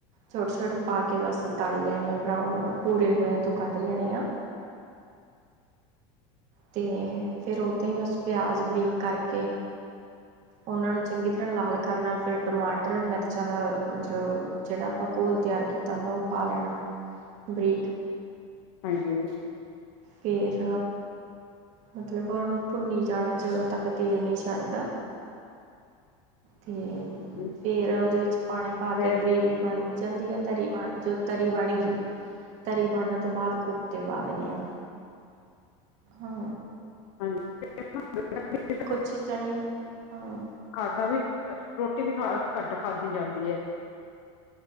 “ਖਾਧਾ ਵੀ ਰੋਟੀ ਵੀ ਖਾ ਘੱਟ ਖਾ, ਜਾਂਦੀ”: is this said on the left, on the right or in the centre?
Left